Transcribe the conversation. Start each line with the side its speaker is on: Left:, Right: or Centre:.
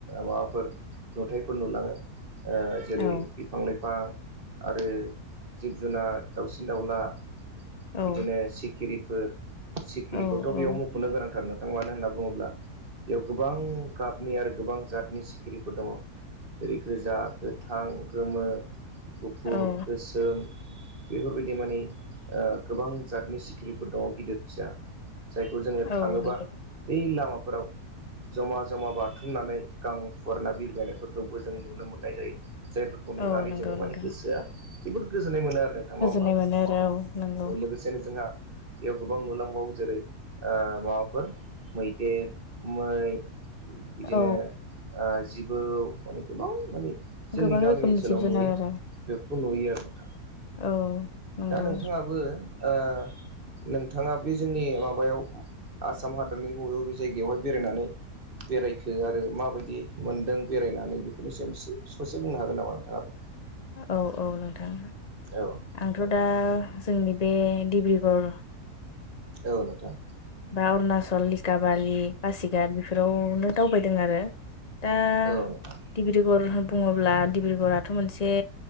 Right: माबाफोर नुथाइफोर नुलाङो आ जेरै
Left: औ
Right: बि बिफां लाइफां आरो जिब जुनार, दाउसिन दाउला
Left: औ
Right: बिदिनो सिखिरिफोर सिखिरिखौथ'
Left: औ औ
Right: बेयाव मुख'नो गोनांथार नोंथां मानो होनना बुङोब्ला बेयाव गोबां गाबनि आरो गोबां जातनि सिखिरिफोर दङ जेरै गोजा गोथां, गोमो गुफुर,
Left: औ
Right: गोसोम बेफोर बादि मानि ओ गोबां जातनि सि ख्रिफोर दङ गिदिर फिसा जायखौ जोङो
Left: औ
Right: थाङोबा
Left: नंगौ
Right: बै लामाफोराव जमा जमा बाथुमनानै गां फुवारना बिरबायनायफोरखौबो जों नुनो मोननाय जायो। जायफोरखौ नुनानै
Left: औ नंगौ
Right: जोङो
Left: नोंथां
Right: माने गोसोआ जोबोद गोजोननाय मोनो आरो नोंथां नङा
Left: गोजोननाय
Right: होमबा?
Left: मोनो आरो औ नंगौ
Right: लोगोसेनो जोंहा बेयाव गोबां नुलांबावो जेरै ओ माबाफोर मैदेर मै बिदिनो
Left: औ
Right: ओ जिबौ माने गोबां माने जोंनि
Left: गोबां
Right: गामि
Left: रोखोमनि
Right: ओनसोलाव
Left: जिब जुनार
Right: नुयि
Left: आरो
Right: बेफोरखौ नुयो आरो नोंथां।
Left: औ नंगौ
Right: दा नोंथाङाबो ओ नोंथाङा बे जोंनि माबायाव आसाम हादोरनि बबे बबे जायगायावहाय बेरायनानै बेरायखो आरो मा बायदि मोन्दों बेरायनानै बेफोरनि सायाव एसे ससे बुंनो हागोन नामा नोंथाङा?
Left: औ औ नोंथां
Right: औ
Left: आंथ' दा जोंनि बे डिब्रुगर
Right: औ नोंथां
Left: बा अरुणाचल लिकाबालि पासिघाट बेफोरावनो दावबायदों आरो दा
Right: औ नोंथां
Left: डिब्रुगड़ बुङोब्ला डिब्रुगराथ' मोनसे